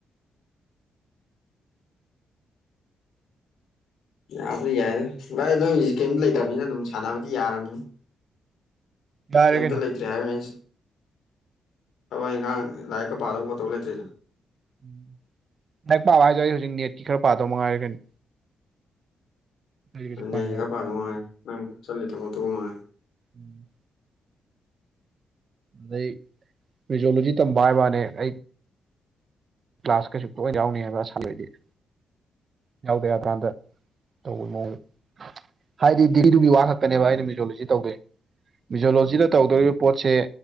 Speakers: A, on the left (about 80°); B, on the right (about 50°).
A: ꯌꯥꯕꯗꯤ ꯌꯥꯏ ꯚꯥꯏ ꯅꯣꯏ ꯍꯧꯖꯤ ꯀꯔꯤꯝꯇ ꯂꯩꯇꯕꯅꯤꯅ ꯑꯗꯨꯝ ꯁꯥꯟꯅꯕꯗꯤ ꯌꯥꯔꯝꯅꯤ
B: ꯌꯥꯔꯦ
A: ꯀꯩꯝꯇ
B: ꯀꯩꯅꯣ
A: ꯂꯩꯇ꯭ꯔꯦ ꯍꯥꯏꯕ ꯃꯤꯟꯁ ꯊꯕꯛ ꯏꯪꯈꯥꯡ ꯂꯥꯏꯔꯤꯛꯀ ꯄꯥꯗꯕ ꯈꯣꯠꯇꯧ ꯂꯩꯇ꯭ꯔꯤꯅ
B: ꯎꯝ ꯂꯥꯏ ꯄꯥꯕ ꯍꯥꯏꯖ ꯑꯩ ꯍꯧꯖꯤꯛ ꯅꯦꯠꯀꯤ ꯈꯔ ꯄꯥꯗꯧ ꯃꯉꯥꯏꯔꯦ ꯀꯩꯅꯣ ꯑꯩ ꯀꯩꯁꯨ
A: ꯑꯗꯨꯅꯦꯒ
B: ꯄꯥꯅꯤꯡꯉꯥꯏ
A: ꯄꯗ ꯃꯥꯉꯦ ꯅꯪ ꯆꯠꯂꯤ ꯊꯕꯗꯒ ꯃꯥꯉꯦ
B: ꯎꯝ ꯑꯗꯩ ꯐꯖꯣꯂꯣꯖꯤ ꯇꯝꯕ ꯍꯥꯏ ꯃꯥꯅꯦ ꯑꯩ ꯀ꯭ꯂꯥꯁ ꯀꯩꯁꯨ ꯄꯂ ꯌꯥꯎꯅꯤ ꯍꯥꯏꯕ ꯑꯁ ꯁꯥꯟꯗꯣꯏꯗꯗꯤ ꯌꯥꯎꯗ ꯍꯥꯏꯀꯥꯟꯗ ꯇꯧꯕꯒꯤ ꯃꯑꯣꯡ ꯍꯥꯏꯗꯤ ꯗꯤꯒ꯭ꯔꯤꯗꯨꯒꯤ ꯋꯥ ꯈꯛꯛꯇꯅꯦꯕ ꯑꯩꯅ ꯃꯤꯖꯣꯂꯣꯖꯤ ꯇꯧꯗꯦ ꯃꯤꯖꯣꯂꯣꯖꯤꯗ ꯇꯧꯗꯣꯔꯤꯕ ꯄꯣꯠꯁꯦ